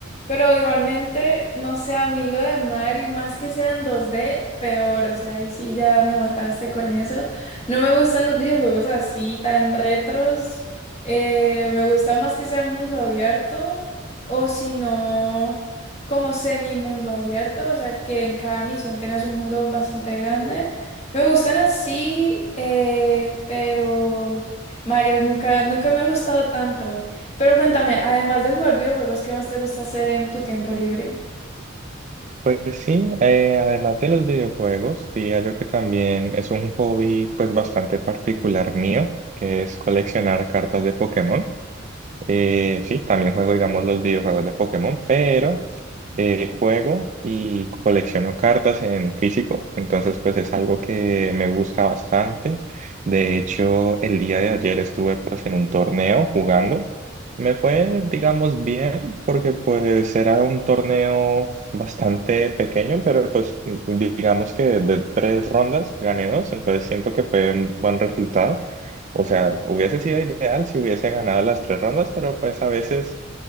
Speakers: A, on the left; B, on the right.
A: Pero igualmente, no sé, a mí lo de Mario, más que sean dos d peor. O sea, ahí sí ya me mataste con eso. No me gustan los videojuegos así, tan retros. Eh, me gusta más que sea mundo abierto. O si no, como semi mundo abierto. O sea, que en cada misión tengas un mundo bastante grande. Me gustan así, eh, pero Mario nunca, nunca me ha gustado tanto. Pero cuéntame, además de jugar videojuegos, ¿qué más te gusta hacer en tu tiempo libre?
B: Pues sí, eh, además de los videojuegos, diría yo que también es un hobby pues bastante particular mío, que es coleccionar cartas de Pokémon. Eh, sí, también juego, digamos, los videojuegos de Pokémon, pero eh, juego y colecciono cartas en físico, entonces pues es algo que me gusta bastante. De hecho, el día de ayer estuve pues en un torneo jugando. Me fue, digamos, bien porque pues era un torneo bastante pequeño, pero pues digamos que de tres rondas gané dos, entonces siento que fue un buen resultado. O sea, hubiese sido ideal si hubiese ganado las tres rondas, pero pues a veces...